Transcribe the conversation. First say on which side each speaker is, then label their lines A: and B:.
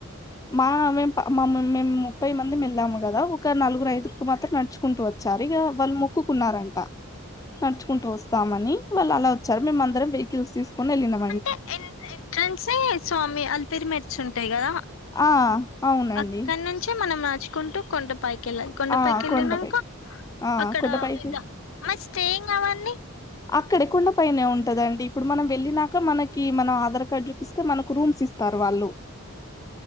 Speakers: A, on the left; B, on the left.
A: మా మేము మేము ముప్పై మంది మెల్లాము కదా ఒక నలుగురుఐదు ఇప్పుడు మాత్రం నడుచుకుంటూ వచ్చారు ఇక వాళ్ళు మొక్కుకున్నారంట నడుచుకుంటూ వస్తామని వాళ్ళు అలా వచ్చారు మేమందరం వెహికల్స్ తీసుకుని వెళ్ళినామ్
B: అంటే ఎన్ ఎంట్రెన్సే స్వామి అలిపిరు మెట్స్ ఉంటాయి కదా
A: ఆ అవునండి
B: అక్కడి నుంచి మనం నచుకుంటూ కొండప్ పకెళ్ళ కొండపైకెళ్ళినాక
A: ఆ కొండపైకి ఆ
B: అక్కడ
A: కొండపైకి
B: మ స్టేయింగ్ అవన్ని
A: అక్కడె కొండపైనే ఉంటద అండి ఇప్పుడు మనం వెళ్ళినాక మనకి మనం ఆధార్ కార్డ్ చూపిస్తే మనకు రూమ్స్ ఇస్ తర్వాళ్ళు